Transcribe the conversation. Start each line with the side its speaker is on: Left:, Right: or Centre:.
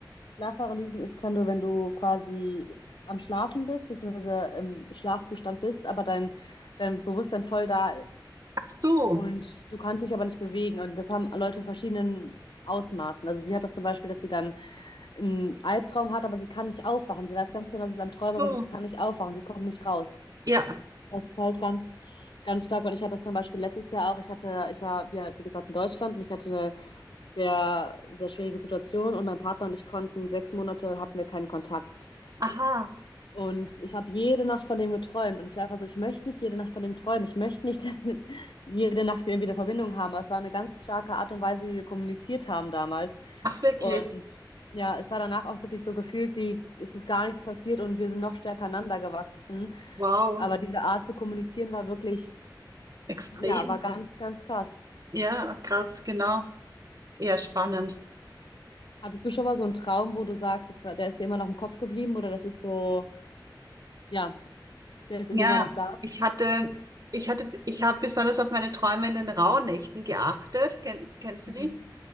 Left: Schlafparalysen ist, wenn du, wenn du quasi am Schlafen bist, beziehungsweise im Schlafzustand bist, aber dein, dein Bewusstsein voll da ist.
Right: Ach so,
Left: Und du kannst dich aber nicht bewegen. Und das haben Leute in verschiedenen Ausmaßen. Also sie hat das zum Beispiel, dass sie dann einen Albtraum hat, aber sie kann nicht aufwachen. Sie weiß ganz genau, sie ist am Träumen, aber
Right: so.
Left: sie kann nicht aufwachen. Sie kommt nicht raus.
Right: Ja,
Left: Das ist halt ganz, ganz stark. Und ich hatte das zum Beispiel letztes Jahr auch. Ich hatte, ich war, ja, wie gesagt, in Deutschland und ich hatte eine sehr, sehr schwierige Situation und mein Partner und ich konnten sechs Monate hatten wir keinen Kontakt.
Right: aha.
Left: Und ich habe jede Nacht von dem geträumt. Und ich war einfach so, ich möchte nicht jede Nacht von dem träumen. Ich möchte nicht, <laughs> dass jede Nacht wir irgendwie eine Verbindung haben. Aber es war eine ganz starke Art und Weise, wie wir kommuniziert haben damals.
Right: Ach wirklich?
Left: Und ja, es war danach auch wirklich so gefühlt, wie es ist gar nichts passiert und wir sind noch stärker aneinander gewachsen.
Right: Wow.
Left: Aber diese Art zu kommunizieren war wirklich,
Right: Extrem.
Left: ja, war ganz, ganz krass.
Right: Ja, krass, genau. Ja, spannend.
Left: Hattest du schon mal so einen Traum, wo du sagst, das war, der ist dir immer noch im Kopf geblieben oder das ist so, ja, der ist
Right: Ja,
Left: irgendwie immer noch da?
Right: ich hatte, ich hatte, ich habe besonders auf meine Träume in den Rauhnächten geachtet. Ken, kennst
Left: Mhm.
Right: du die?